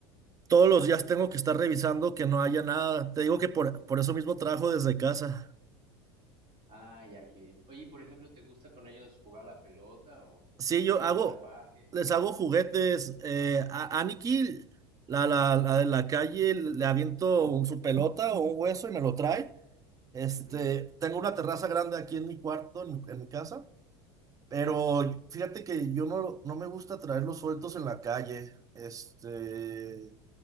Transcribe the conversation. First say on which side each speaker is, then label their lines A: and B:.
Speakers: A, on the right; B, on the right.
A: todos los días tengo que estar revisando que no haya nada. Te digo que por, por eso mismo trabajo desde casa.
B: Ah, ya, qué bien. Oye, y por ejemplo, ¿te gusta con ellos jugar la pelota o
A: Sí, yo
B: lo
A: hago,
B: sacas al parque?
A: les hago juguetes. Eh, a Aniki, la, la, la de la calle, le aviento un- su pelota o un hueso y me lo trae. Este,
B: Ujú,
A: tengo una terraza grande aquí en mi cuarto, en mi en mi casa. Pero
B: sí,
A: fíjate que yo no, no me gusta traerlos sueltos en la calle, este,